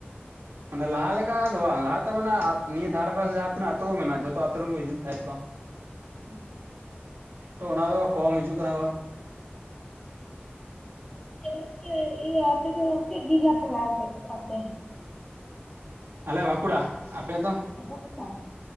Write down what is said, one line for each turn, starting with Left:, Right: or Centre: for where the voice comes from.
Right: ᱢᱟᱱᱮ ᱞᱟᱦᱟ ᱞᱮᱠᱟ ᱫᱚ ᱵᱟᱝ ᱞᱟᱦᱟᱛᱮ ᱢᱟᱱᱮ ᱱᱤᱭᱟᱹ ᱫᱷᱟᱨ ᱯᱟᱥ ᱡᱟᱦᱟᱸ ᱛᱤᱱᱟᱹᱜ ᱟᱛᱳ ᱢᱮᱱᱟᱜᱼᱟ ᱡᱷᱚᱛᱚ ᱟᱛᱳ ᱨᱮᱱᱠᱚ ᱦᱤᱡᱩᱜ ᱛᱟᱦᱮᱸᱱ ᱠᱚ।
Left: <unintelligible>
Right: ᱛᱚ ᱚᱱᱟ ᱫᱚ ᱠᱚᱢ ᱦᱤᱡᱩᱜ ᱠᱟᱱᱟ ᱵᱟ
Left: <unintelligible> ᱤᱭᱟᱹ ᱤᱭᱟᱹ ᱟᱯᱮ ᱫᱚ ᱪᱮᱫ ᱡᱤᱞᱟ ᱯᱮ ᱯᱟᱲᱟᱜᱼᱟ ᱟᱯᱮ?
Right: ᱟᱞᱮ ᱵᱟᱸᱠᱩᱲᱟ ᱾ ᱟᱯᱮ ᱫᱚ?
Left: <unintelligible>